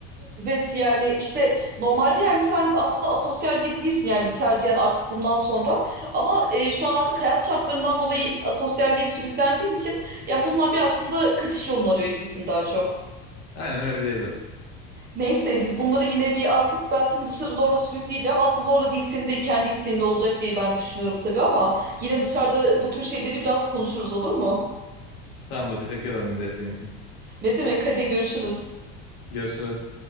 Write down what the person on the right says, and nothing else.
Evet yani işte normalde yani sen aslında asosyal biri değilsin yani tercihen artık bundan sonra ama e, şu an artık hayat şartlarından dolayı asosyalliğe sürüklendiğin için ya bundan bir aslında kaçış yolunu arıyor gibisin daha çok.
Neyse biz bunları yine bir artık ben seni dışarı zorla sürükleyeceğim. Aslında zorla değil senin de kendi isteğinle olacak diye ben düşünüyorum tabii ama yine dışarıda bu tür şeyleri biraz konuşuruz olur mu?
Ne demek hadi görüşürüz.